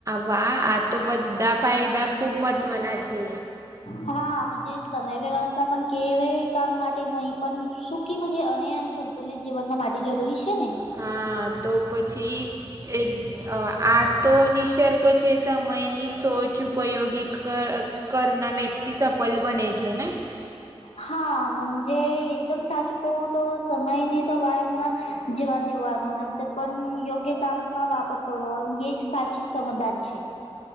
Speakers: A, on the right; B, on the left.
A: વા આ તો બધા ફાયદા ખુબ મહત્વના છે.
B: હા મઁજે સમય વ્યવસ્થા પણ કેવાય કામ માટે નહી પણ સુખી મની અને સંતુલિત જીવનના માટી જરૂરી છે ને.
A: હા તો પછી એક અ આ તો નિસર્ગ છે સમમયની સોચ ઉપ ઉપયોગી કર કરના વ્યક્તિ સફલ બને છે ને.
B: હા મઁજે એકદમ સાચું કહું તો સમય ને તો વયામના જેવા દેવાનું નંતર પણ યોગ્ય કામમાં વાપર કરો એ જ સાચી સમજદારી છે.